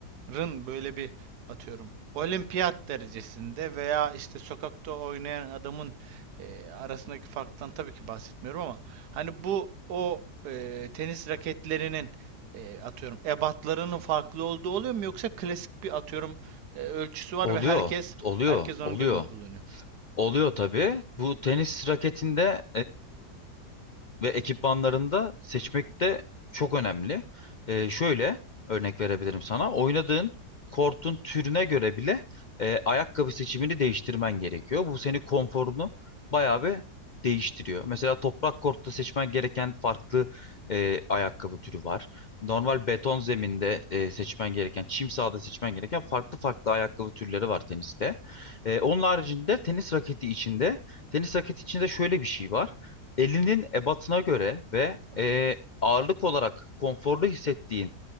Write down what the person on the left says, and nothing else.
Oluyor,
oluyor,
oluyor.
Oluyor tabii. Bu tenis raketinde ve ekipmanlarında seçmek de çok önemli. Ee, şöyle örnek verebilirim sana. Oynadığın kortun türüne göre bile e, ayakkabı seçimini değiştirmen gerekiyor. Bu seni konforunu bayağı bir değiştiriyor. Mesela toprak kortta seçmen gereken farklı e, ayakkabı türü var. Normal beton zeminde e, seçmen gereken, çim sahada seçmen gereken farklı farklı ayakkabı türleri var teniste. E, onun haricinde tenis raketi içinde, tenis raketi içinde şöyle bir şey var elinin ebatına göre ve e, ağırlık olarak konforlu hissettiğin